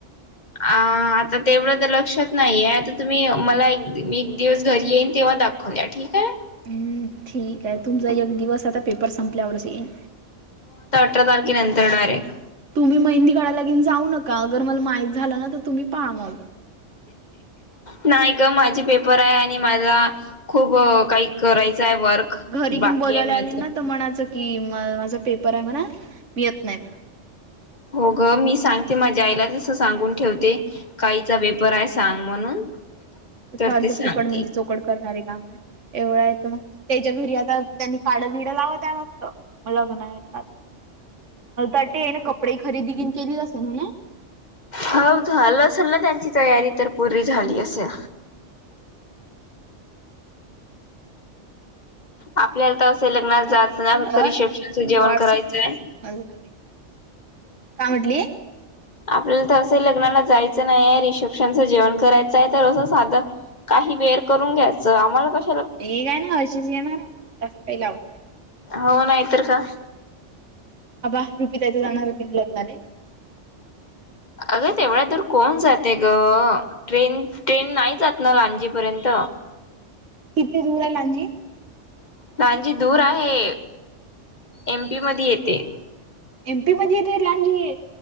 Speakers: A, on the left; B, on the right.
A: अ आता तेवढं तर लक्षात नाहीये आता तुम्ही मला एक दिवस घरी येईन तेव्हा दखून द्या ठीक आहे
B: हम्म ठीक आहे, तुमचा एक दिवस आता पेपर संपल्यावरच येईन.
A: आठरा तारखे नंतर डारेक्ट.
B: तुम्ही मेहंदी काढायला जाऊ नका अगर मला माहित झालं ना तर तुम्ही पाहा म.
A: नाही ग माझे पेपर आहे आणि माझा खूप काही करायचं. आहे वर्क
B: घरी
A: बाकी
B: घेन बोलायला
A: आहे माझं
B: आली ना तर मनाचं. कि म माझा पेपर आहे म्हणा, मी येत नाही म्हणा.
A: हो ग मी सांगते माझ्या आईला तस सांगून ठेवते काहीचा पेपर आहे सांग म्हणून. तर
B: फालतू
A: ते सांगते
B: फुकट मध्ये चोकड करणारे काम. एवढं आहे तर मग त्याच्या घरी आता त्यांनी काडं बिडं लावत आहे मस्त लग्न आहेेत आता उद्या. अता अटे ना कपडे खरेदी केली असेल ना.
A: हाव झालं असेल ना त्यांची तयारी तर पूरी झाली असेल.
B: <unintelligible>
A: आपल्याला तर असं लग्नात
B: अ
A: जाचं ना
B: अ
A: फक्त रिसेप्शनच
B: व्हॉट्सअप
A: जेवण करायचंय.
B: माझं नवीन काय म्हटली?
A: आपल्याला तर असं लग्नाला जायचं नाही आहे रिसेप्शनचं जेवण करायचं आहे तर असं साधं काही बेअर करून घ्यायचं आम्हाला कस
B: ठीक आहे ना अळशीच येणार, जास्त काही लावत नाही.
A: हो नाही तर काय?
B: अबा रुपीताय तर जाणार होती नं लग्नाले?
A: अग तेवढ्या दूर कोण जाते ग? ट्रेन ट्रेन नाही जात ना लांजीपर्यंत.
B: किती दूर हाय लांजी?
A: लांजी दूर आहे, एमपी मध्ये येते.
B: एमपी मधे येतेय लांजी?